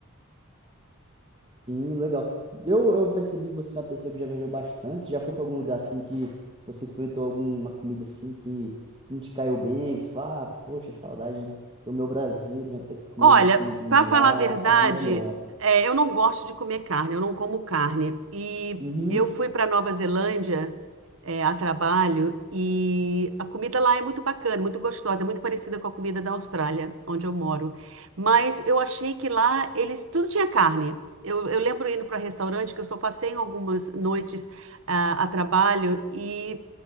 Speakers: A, on the right; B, on the right.
A: Sim, legal. Eu, eu percebi que você é uma pessoa que já viajou bastante. Você Já foi para algum lugar assim que você experimentou alguma comida assim que não te caiu bem, que você fala, ah, poxa, saudade do meu Brasil, de eu ter que comer
B: Olha,
A: minha comidinha
B: para
A: de lá,
B: falar a verdade,
A: que tava melhor.
B: é, eu não gosto de comer carne, eu não como carne. E
A: Uhum.
B: eu fui para Nova Zelândia. é, a trabalho e a comida lá é muito bacana, muito gostosa, é muito parecida com a comida da Austrália, onde eu moro. Mas eu achei que lá eles tudo tinha carne. Eu, eu lembro indo para restaurante que eu só passei em algumas noites ah, a trabalho e